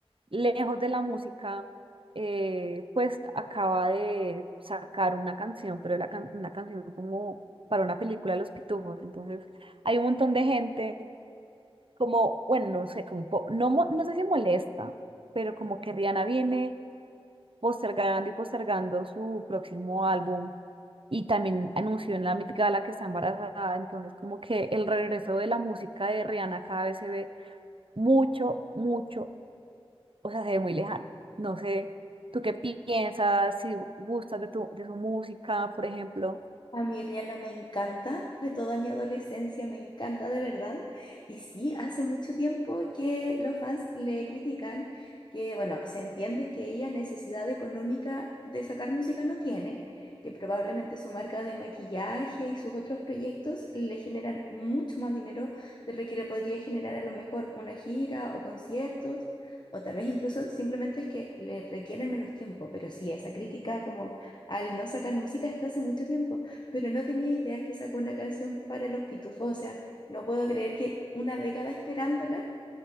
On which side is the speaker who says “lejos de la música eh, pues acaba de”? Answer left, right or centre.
Right